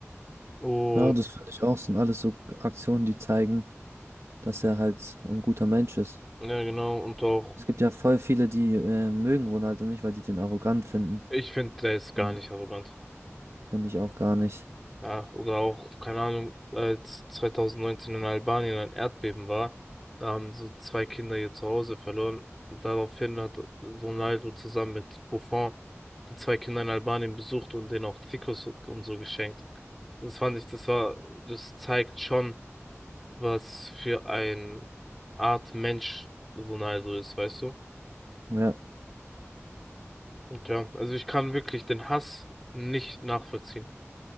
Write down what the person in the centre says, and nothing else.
Oh,
ja, genau. Und auch,
ich finde, der ist gar
nicht arrogant.
Ja, oder auch, keine Ahnung, als 2019 in Albanien ein Erdbeben war, da haben so zwei Kinder ihr Zuhause verloren. Und daraufhin hat so Ronaldo zusammen mit Buffon die zwei Kinder in Albanien besucht und denen auch Trikots und so geschenkt. Und das fand ich, das war, das zeigt schon, was für ein Art Mensch Ronaldo ist, weißt du?
Und ja, also ich kann wirklich den Hass nicht nachvollziehen.